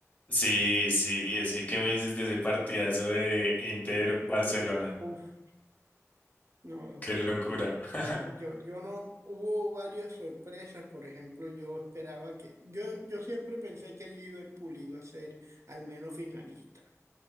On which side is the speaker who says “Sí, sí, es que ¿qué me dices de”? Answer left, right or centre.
Left